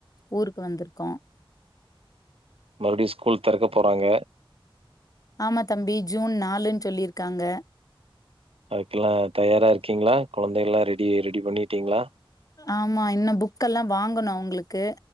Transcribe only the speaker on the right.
மறுபடியு ஸ்கூல் திறக்க போறாங்க
அதுக்கெல்லா தயாரா இருக்கீங்ளா குழந்தைகள்லா ரெடி ரெடி பண்ணிட்டீங்ளா